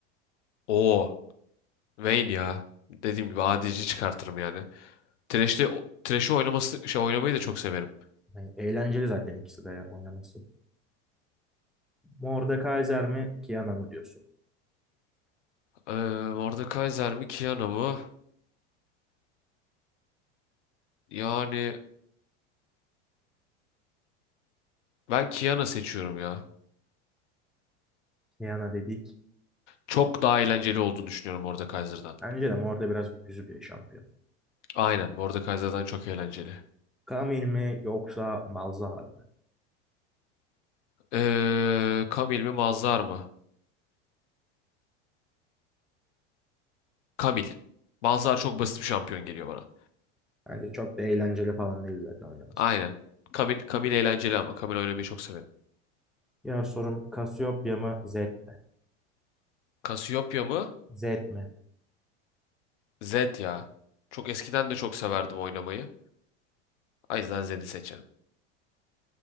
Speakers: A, on the left; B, in the centre.
A: Oo. Vayne ya. Dediğim gibi ADC çıkartırım yani. Thresh'te o- Thresh'i oynaması şey oynamayı da çok severim.
B: Yani eğlenceli zaten ikisi de ya oynaması. Mordekaiser mi Kiana mı diyorsun?
A: Ee, Mordekaiser mi Kiana mı? Yani ben Kiana seçiyorum ya.
B: Kiana dedik.
A: Çok daha eğlenceli olduğunu düşünüyorum Mordekaiser'dan.
B: Bence de Morde biraz düzü bir şampiyon.
A: Aynen Mordekaiser'dan çok eğlenceli.
B: Camille mi yoksa Malzahar mı?
A: Ee, Camille mi Mazhar mı? Kamil. Bazılar çok basit bir şampiyon geliyor bana.
B: Bence çok da eğlenceli falan değil zaten oynaması.
A: Aynen. Kamil, Kamil eğlenceli ama. Kamil oynamayı çok severim.
B: Diğer sorum Cassiopeia mı Zed mi?
A: Cassiopeia mı?
B: Zed mi?
A: Zed ya. Çok eskiden de çok severdim oynamayı. O yüzden Zed'i seçerim.